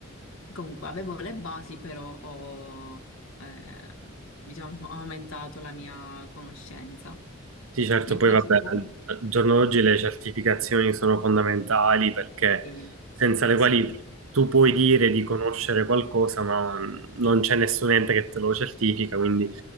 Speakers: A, on the left; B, on the right.
A: Comunque avevo le basi, però ho, eh, diciamo, ho aumentato la mia conoscenza.
B: Sì, certo,
A: Invece
B: poi vabbè,
A: tu?
B: al al giorno d'oggi le certificazioni sono fondamentali perché
A: Sì,
B: senza le
A: sì.
B: quali tu puoi dire di conoscere qualcosa, ma non c'è nessun ente che te lo certifica, quindi